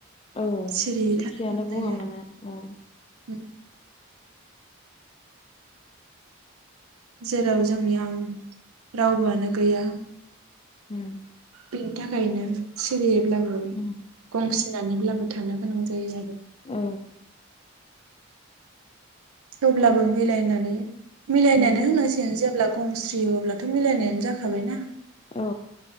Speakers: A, on the left (about 25°); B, on the right (about 80°).
A: औ
B: सिरियै
A: जेखियानो
B: थानो गोनां
A: बुङा
B: जायो
A: मानो
B: आरो उम।
A: औ
B: जेराव जोंनि आं रावबोआनो गैया।
A: होम।
B: बेनि थाखायनो सिरियैब्लाबो
A: उम
B: गंस नानैब्लाबो थानो गोनां जायो आरो
A: औ।
B: थेवब्लाबो मिलायनानै मिलायनानो
A: उम
B: होनांसिगोन जेब्ला गंस्रियो अब्लाथ' मिलायनायानो जाखाबाय ना।
A: औ।